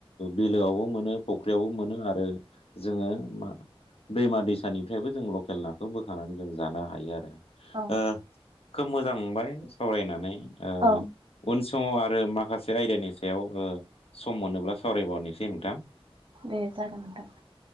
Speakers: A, on the left; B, on the right.
A: बिलोआवबो मोनो फुख्रियावबो मोनो आरो जोङो मा दैमा दैसानिफ्रायबो जों लकेल नाखौ बोखांानानै जों जानो हायो आरो।
B: औ
A: ओ खोब मोजां मोनबाय सावरायनानै ओ
B: औ
A: उन थंआव आरो माखासे आयदानि सायाव ओ सम मोनोब्ला सावरायबावनोसै नोंथां?
B: दे जागान नोंथां।